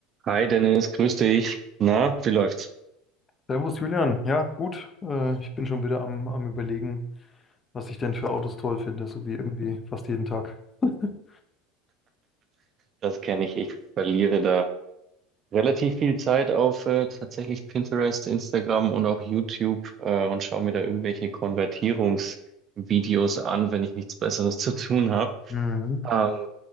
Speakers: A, on the right (about 40°); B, on the left (about 25°).
A: Hi Dennis, grüß dich. Na, wie läuft's?
B: Servus Julian, ja gut, äh, ich bin schon wieder am, am Überlegen, was ich denn für Autos toll finde, so wie irgendwie fast jeden Tag. <laughs>
A: Das kenne ich. Ich verliere da relativ viel Zeit auf äh, tatsächlich Pinterest, Instagram und auch YouTube äh, und schaue mir da irgendwelche Konvertierungsvideos an, wenn ich nichts Besseres <laughs> zu tun habe.
B: Mhm.
A: Ähm,